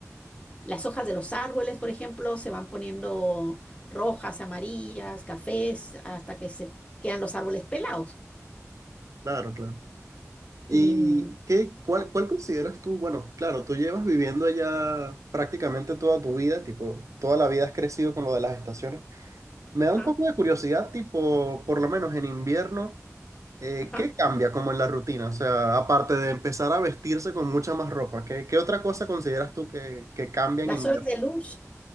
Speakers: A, on the left; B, on the right.
A: las hojas de los árboles, por ejemplo, se van poniendo rojas, amarillas, cafés, hasta que se quedan los árboles pelados.
B: Claro, claro. ¿Y
A: Y mm,
B: qué, cuál, cuál consideras tú? Bueno, claro, tú llevas viviendo allá prácticamente toda tu vida, tipo, toda la vida has crecido con lo de las estaciones. Me
A: ajá,
B: da un poco de curiosidad, tipo, por lo menos en invierno. Eh,
A: ajá.
B: ¿qué cambia como en la rutina? O sea, aparte de empezar a vestirse con mucha más ropa, ¿qué, qué otra cosa consideras tú que, que cambia
A: Las
B: en invierno?
A: horas de luz,